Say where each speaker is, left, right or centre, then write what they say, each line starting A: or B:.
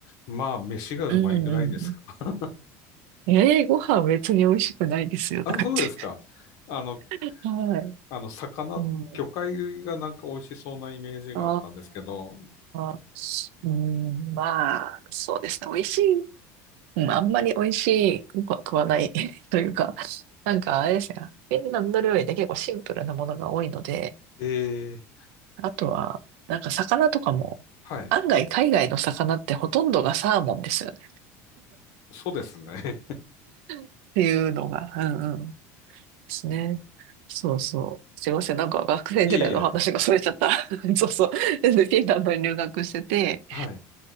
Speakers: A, on the left; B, on the right.
A: う。まあ、飯がうまいぐらいですか。
B: うんう
A: <laughs>
B: ん。ええー、ご飯別に美味しくないですよとか言って。
A: あ、そうですか。あの、
B: <laughs> はい。
A: あの、魚、
B: うん。
A: 魚介類がなんか美味しそうなイメージがあったんですけど、
B: ああ、うん、まあ、そうですね。美味しいうん、あんまり美味しくは食わない <laughs> というか、なんかあれですね、フィンランド料理って結構シンプルなものが多いので、
A: ええ
B: あとは、なんか魚とかも、
A: はい。
B: 案外海外の魚ってほとんどがサーモンですよね。
A: そうですね。
B: っていうのが、うんうん、ですね。そうそう。すいません、なんか学生時代の話がそれちゃった。
A: <laughs> いえいえ。
B: <laughs> そうそう。で、フィンランドに留学してて、
A: <laughs> はい。